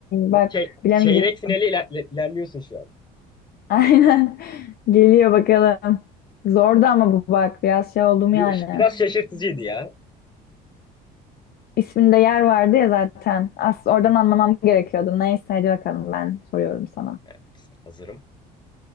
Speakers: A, on the left (about 50°); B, on the left (about 20°).
A: bak
B: Çey-
A: bilemeyecektim.
B: çeyrek finali
A: <laughs>
B: iler- ilerliyorsun şu an.
A: Aynen. Geliyor bakalım. Zordu ama bu bak biraz şey oldum
B: Bu
A: yani.
B: biraz şaşırtıcıydı ya.
A: İsminde yer vardı ya zaten. Aslında
B: Hı hı.
A: oradan anlamam gerekiyordu. Neyse hadi bakalım ben soruyorum sana.
B: Evet, hazırım.